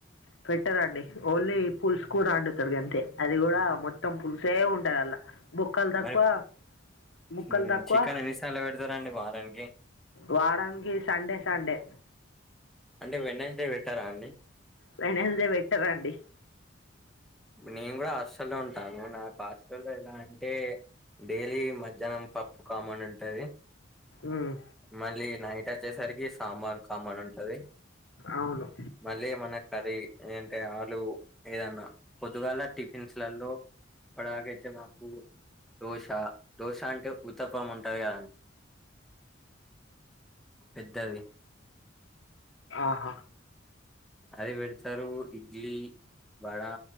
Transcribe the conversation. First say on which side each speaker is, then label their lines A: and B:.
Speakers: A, on the left (about 75°); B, in the centre.
A: పెట్టరండి ఓన్లీ పుల్స్ కూరా అండుతరు గంతే అది గూడా మొత్తం పులుసే ఉంటది అల్ల బొక్కల్ తకువా
B: మరి
A: ముక్కల్
B: హ్మ్.
A: తకువ
B: చికెన్ ఎన్నిసార్లు పెడతారండి వారానికి
A: వారానికి సండే సండే
B: అంటే వెనస్డే వెట్టరా అండి
A: వెనస్ డే వెట్టరండి
B: నేను గూడా హస్టల్లో ఉంటా నేను నా ఆస్టల్లో ఎలా అంటే డేలీ మధ్యాహ్నం పప్పు కామన్ ఉంటది
A: ఉమ్,
B: మళ్ళీ నైట్ అచ్చేసరికి సాంబార్ కామన్ ఉంటది
A: అవును
B: మళ్ళీ మన కర్రీ ఏంటే ఆలూ ఏదన్న పొద్దుగాల టిఫిన్స్ లల్లో ఇప్పడదాకైతే మాకు దోశ దోశ అంటే ఊతప్పం ఉంటది గదా పెద్దవి
A: ఆహ
B: అది వెడతరూ ఇడ్లీ వడా